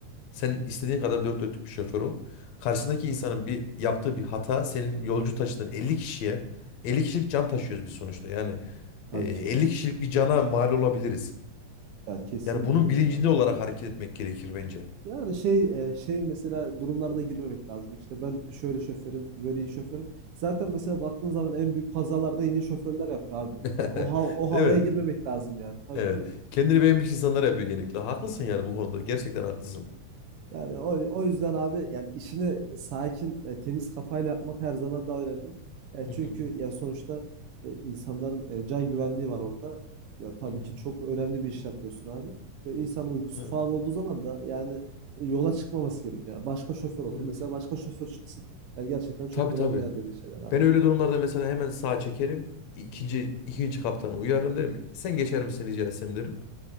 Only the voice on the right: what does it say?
Tabii
ki.
Ya kesinlikle
yani
abi.
Yani şey e, şey mesela durumlarına girmemek lazım. İşte ben şöyle şoförüm, böyle iyi şoförüm. Zaten mesela baktığın zaman en büyük kazalarda yine iyi şoförler yapıyor abi.
Yani o hav- o havaya
girmemek
lazım yani. Tabii
canım.
Yani o, o yüzden abi yani işini e, sakin, e, temiz kafayla yapmak her zaman daha önemli. E,
çünkü
ya sonuçta e, insanların e, can güvenliği var orada. Ya tabii
ki çok önemli bir iş yapıyorsun abi. Ve insan uykusu
falan olduğu zaman da yani e, yola çıkmaması gerekiyor. Yani başka şoför olur.
Mesela başka şoför çıksın. Yani gerçekten çok
önemli
yani dediğin şeyler abi.